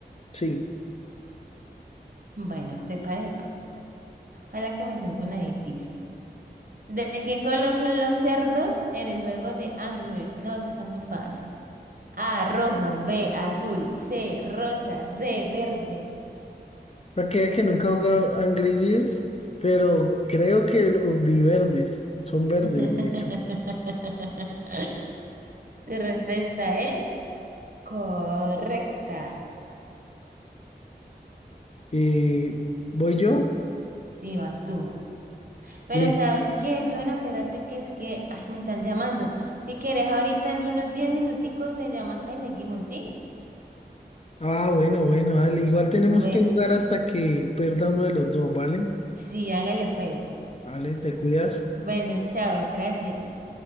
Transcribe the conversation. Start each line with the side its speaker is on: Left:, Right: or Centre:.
Left: sí.
Right: Bueno, prepare pues. Ojalá que me salga una difícil. ¿De qué color son los cerdos en el juego de Angry Birds? No, eso está muy fácil. A, rojo, B, azul, C, rosa, D, verde.
Left: Para que vea que nunca he jugado Angry Birds, pero creo que los vi verdes, son
Right: <laughs>
Left: verdes, de hecho.
Right: Tu respuesta es correcta.
Left: Eh, ¿voy yo?
Right: Sí, vas tú. Pero
Left: Listo.
Right: ¿sabes qué, Joana? Espérate que es que ay, me están llamando. Si quieres, ahorita en unos 10 minuticos me llamas y seguimos, ¿sí?
Left: Ah, bueno, bueno, dale. Igual tenemos
Right: Bueno,
Left: que jugar hasta que pierda uno de los dos, ¿vale?
Right: sí, hágale pues.
Left: Vale, te cuidas.
Right: Bueno, chao, gracias.